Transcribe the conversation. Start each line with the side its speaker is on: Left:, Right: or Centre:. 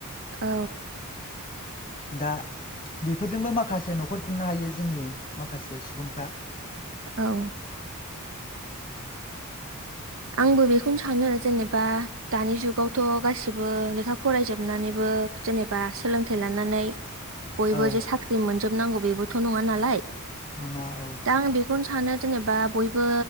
Right: औ।
Left: दा बेफोरजोंबो माखासे न'खर खुंनो हायो जोंनि माखासे सुबुंफ्रा।
Right: औ। आंबो बेखौनो सानो जेनेबा दानि जुगावथ' गासिबो लेखा फरायजोबनानैबो बो जेनेबा सोलोंथाइ लानानै बयबो
Left: औ
Right: जे साख्रि मोनजोबनांगौ बेबोथ' नङा नालाय
Left: नङा औ
Right: दा आं बेखौनो सानो जेनेबा बयबो